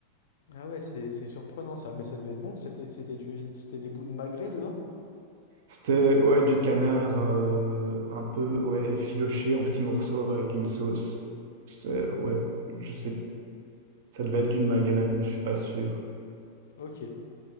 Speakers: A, on the left; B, on the right.
A: Ah ouais, c'est c'est surprenant ça, mais ça devait être bon. C'était c'était du c'était des bouts de magret dedans?
B: C'était, ouais, du canard euh, un peu, ouais, effiloché en petits morceaux avec une sauce. C'est, ouais, je sais. Ça devait être du magret, mais je suis pas sûr.
A: Ok.